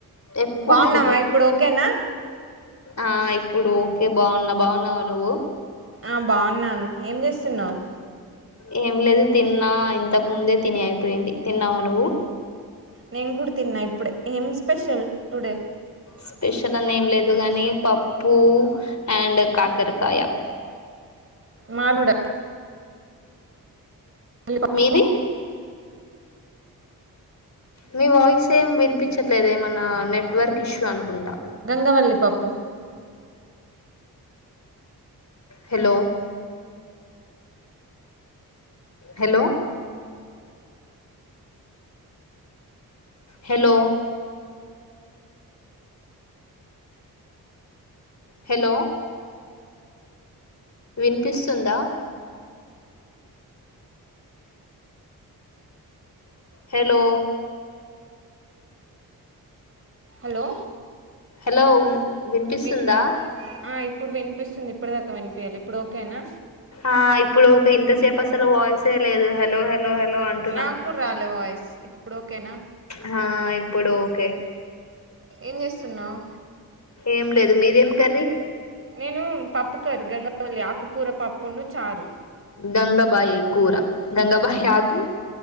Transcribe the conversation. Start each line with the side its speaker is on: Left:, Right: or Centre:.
Left: ఎప్పుడు
Right: బాగున్నావా
Left: ఇదే
Right: ఇప్పుడు ఓకేనా
Left: ఆ ఇప్పుడు ఓకే బాగున్నా బాగున్నావా నువ్వు
Right: ఆ బాగున్నాను ఏం చేస్తున్నావు
Left: ఏం లేదు తిన్నా ఇంతకు ముందే తిని అయిపోయింది తిన్నావు నువు
Right: నేను కూడా తిన్నా ఇప్పుడే ఏం స్పెషల్ టుడే
Left: స్పెషల్ అని ఏం లేదు గాని పప్పు అండ్ కాకరకాయ
Right: మాది కూడా గంగవల్లి పప్పు
Left: మీది మీ వాయిస్ ఏం వినిపించట్లేదు ఏమన్నా నెట్వర్క్ ఇష్యూ అనుకుంటా
Right: గంగవల్లి పప్పు
Left: హలో హలో హలో హలో వినిపిస్తుందా హలో
Right: హలో
Left: హలో ఉన్ వినిపిస్తుందా
Right: వి ఆ ఇప్పుడు వినిపిస్తుంది ఇప్పటిదాకా వినిపియలే ఇప్పుడు ఓకేనా
Left: ఆ ఇప్పుడు ఒకే ఇంతసేపు అసలు వాయిసే లేదు హలో హలో హలో అంటు
Right: నాకు రాలే వాయిస్ ఇప్పుడు ఓకేనా
Left: హా ఇప్పుడు ఓకే
Right: ఏం చేస్తున్నావు
Left: ఏం లేదు మీదేం కర్రీ
Right: నేను పప్పు కర్రీ గంగావలి ఆకుకూర పప్పును చారు
Left: గంగబాయి కూర గంగబాయి ఆకు